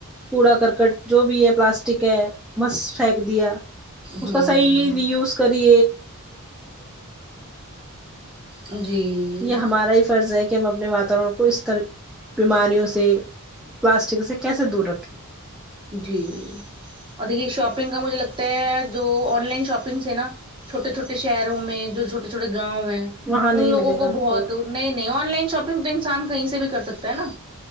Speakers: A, in the centre; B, on the right.
A: کوڑا کرکٹ جو بھی ہے پلاسٹک ہے بس پھینک دیا اس
B: ہوں
A: کا صحیح ری یوز کری
B: جی
A: یہ ہمارا ہی فرض ہے کہ ہم اپنے واتورن کو اس طرح بیماریوں سے پلاسٹک سے کیسے دور رکھیں
B: جی اور دیکھیے شاپنگ کا مجھے لگتا ہے جو آن لائن شاپنگ سے نا چھوٹے چھوٹے شہروں میں جو چھوٹے چھوٹے گاؤں ہیں
A: وہاں نہیں
B: ان لوگوں
A: ملے
B: کو
A: گا آپ
B: بہت نہیں نہیں آن لائن شاپنگ تو انسان کہیں سے بھی کر سکتا ہے نا